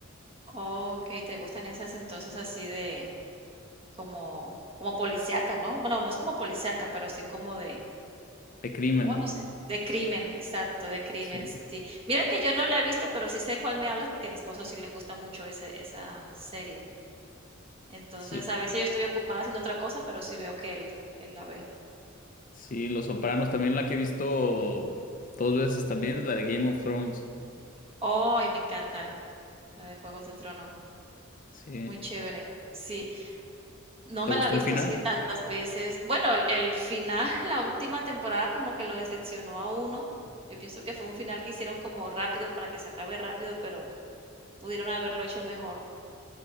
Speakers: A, on the right (about 30°); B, on the left (about 40°).
A: Ok, ¿te gustan esas entonces así de, Como como policíaca, ¿no? Bueno, no es como policíaca, pero sí como de,
B: De crimen.
A: bueno, sí, de crimen, exacto, de crimen,
B: Sí,
A: sí. Mira que yo no la he visto, pero sí sé de cuál me hablas porque a mi esposo sí le gusta mucho ese, esa serie. Entonces,
B: sí,
A: a veces yo estoy ocupada haciendo otra cosa, pero sí veo que él, él la ve.
B: sí. Los Sopranos también la que he visto dos veces también es la de Game of Thrones.
A: ¡Ay, me encanta! La de Juegos de Trono.
B: Sí.
A: Muy chévere. Sí. No
B: ¿Te
A: me
B: gustó
A: la he visto
B: el final?
A: así tantas veces. Bueno, el el final, <laughs> la última temporada como que lo decepcionó a uno. Yo pienso que fue un final que hicieron como rápido para que se acabe rápido, pero pudieron haberlo hecho mejor.